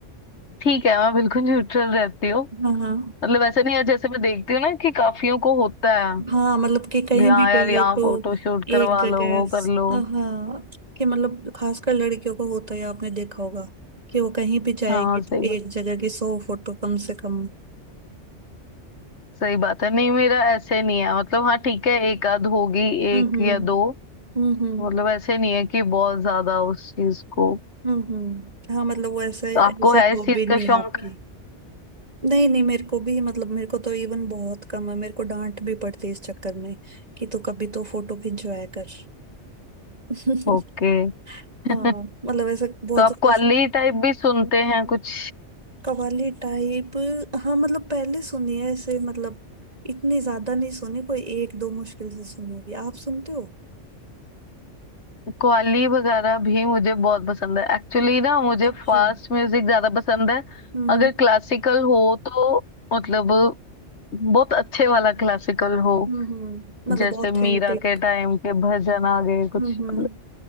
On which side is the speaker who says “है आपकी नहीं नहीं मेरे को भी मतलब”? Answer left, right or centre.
Right